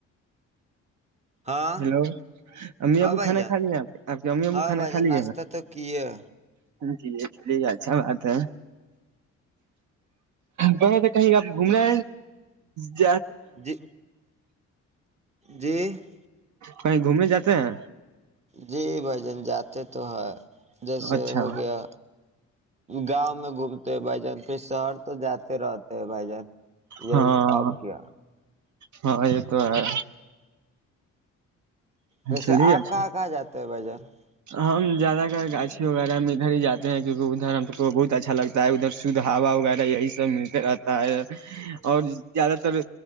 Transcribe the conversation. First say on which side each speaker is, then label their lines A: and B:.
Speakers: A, on the right; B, on the right.
A: ہاں
B: ہلو اممی
A: ہاں
B: ابو
A: بھائی
B: کھانا
A: جان
B: کھا ل ہیں آپ آپ کے امی ابو
A: ہاں
B: کھانا
A: بھائی
B: کھا
A: جان
B: لی
A: ناشتہ تو کیے
B: جی چلیے اچھا بات ہے کہ تو کہیں آپ گھومنا ج
A: جی جی ج <inaudible>
B: کہیں گھومنے جاتے ہیں
A: جی بھ جن جاتے تو ہیں جیسے
B: اچھا
A: ہو گیا گاؤں میں گھومتے ہیں بھائی جان پھر شہر تو جاتے رہتے ہیں بھائی جان یہی
B: ہاں
A: اب کیا
B: ہاں یہ تو ہے
A: ویسے
B: چلیے
A: آپ
B: اچھا
A: کہاں کہاں جاتے ت بجے <unintelligible>
B: ہم زیادہ تر گاچھی وغیرہ میں ادھر ہی جاتے ہیں کیونکہ ادھر ہم کو بہت اچھا لگتا ہے ادھر شدھ ہا وغیرہ یہی سب ملتے رہتا ہے اور زیادہ تر